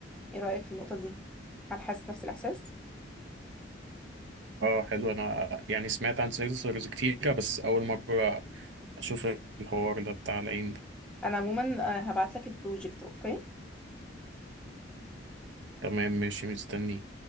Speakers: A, in the centre; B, on the right.
A: ايه رايك في النقطه دي هل حاسس نفس الاحساس
B: اه حلو انا يعني سمعت عن سيرفرز كتيرة بس اول مرة اشوف الحوار ده بتاع العين ده
A: انا عموما آه، هبعت لك البروجكت اوكي
B: تمام ماشي مستني